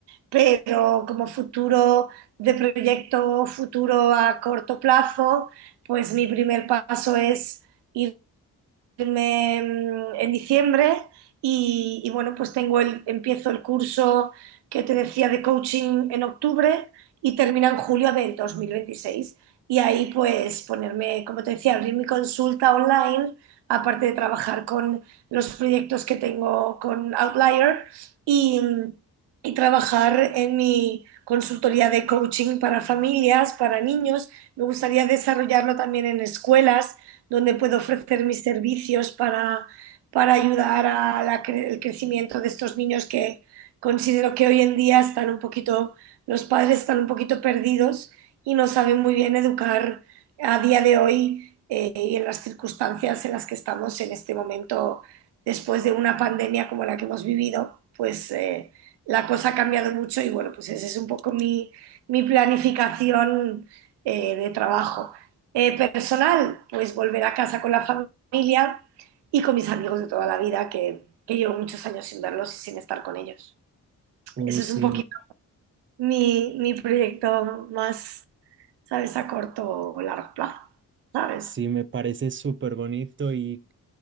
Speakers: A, on the right (about 90°); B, on the right (about 30°).
A: Pero como futuro de proyecto, futuro a corto plazo, pues mi primer paso es ir irme mm, en diciembre y, y, bueno, pues tengo el, empiezo el curso que te decía de coaching en octubre y termina en julio del 2026. Y ahí pues ponerme, como te decía, abrir mi consulta online, aparte de trabajar con los proyectos que tengo con Outlier y, y trabajar en mi consultoría de coaching para familias, para niños. Me gustaría desarrollarlo también en escuelas donde puedo ofrecer mis servicios para, para ayudar al cre crecimiento de estos niños que considero que hoy en día están un poquito, los padres están un poquito perdidos y no saben muy bien educar a día de hoy eh, y en las circunstancias en las que estamos en este momento después de una pandemia como la que hemos vivido, pues eh, la cosa ha cambiado mucho y bueno, pues esa es un poco mi, mi planificación eh, de trabajo eh, personal, pues volver a casa con la familia y con mis amigos de toda la vida, que, que llevo muchos años sin verlos y sin estar con ellos.
B: O
A: Eso es
B: sí,
A: un poquito mi, mi proyecto más, ¿sabes?, a corto o largo plazo, ¿sabes?
B: sí me parece súper bonito y